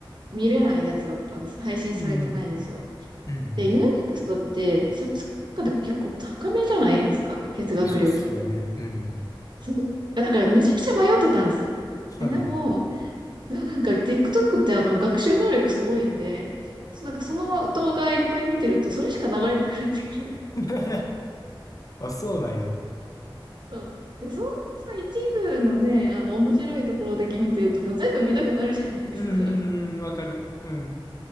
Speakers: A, on the right; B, on the left.
A: 見れないやつだったんです。配信されてないんですよ。
B: うんうんうんうんうん
A: で、ユーネクストって、サブスクでも結構高めじゃないですか。月額料金。
B: うん。そうっすよね。うんうん。
A: そう。だからめちゃくちゃ迷ってたんですよ。
B: はいはい。
A: いや、でも、そうなんか TikTok ってあの、学習能力すごいんで、そうなんかその動画いっぱい見てると、それしか流れなくなってくる。
B: <laughs> あ、そうなんや。
A: そう。で、そんなさ、一部のね、あの、面白いところだけ見てると、もう全部見たくなるじゃないですか。
B: うんうんうん、わかる。うん。